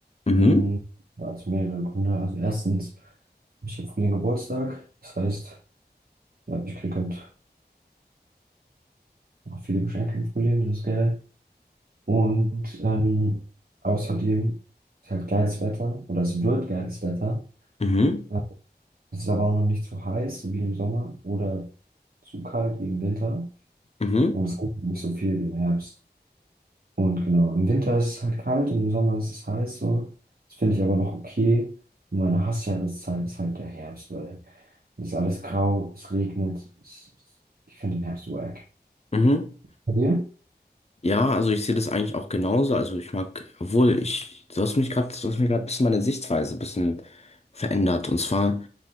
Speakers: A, on the left (about 40°); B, on the right (about 60°).
A: Mhm,
B: Hm, ja, Also mehrere Gründe. Also erstens habe ich im Frühling Geburtstag. Das heißt, ja, ich kriege halt auch viele Geschenke im Frühling, das ist geil. Und ähm, außerdem ist halt geiles Wetter oder es wird geiles Wetter.
A: mhm,
B: Ja, Es ist aber auch noch nicht zu heiß, so wie im Sommer, oder zu kalt wie im Winter.
A: mhm,
B: Und es regnet nicht so viel wie im Herbst. Und genau, im Winter ist es halt kalt und im Sommer ist es heiß so. Das finde ich aber noch okay. Und meine Hassjahreszeit ist halt der Herbst, weil es ist alles grau, es regnet. Es, ich finde den Herbst wack.
A: mhm.
B: Bei dir?
A: Ja, also ich sehe das eigentlich auch genauso. Also ich mag, obwohl ich, du hast mich gerade, du hast mir gerade ein bisschen meine Sichtweise ein bisschen verändert. Und zwar